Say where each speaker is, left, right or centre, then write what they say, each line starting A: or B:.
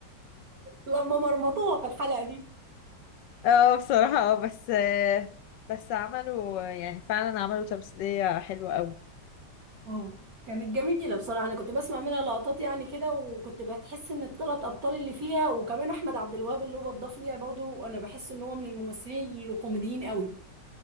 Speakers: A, on the right; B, on the left.
A: لما مرمطوها في الحلقة دي
B: اه بصراحه اه بس آه، بس عملوا يعني فعلا عملوا تمثيليه حلوه قوي
A: اه كانت جميلة بصراحة أنا كنت بسمع منها لقطات يعني كده وكنت بتحس إن الثلاث أبطال اللي فيها وكمان أحمد عبد الوهاب اللي هو اتضاف ليها برضو أنا بحس إن هو من الممثلين الكوميديين قوي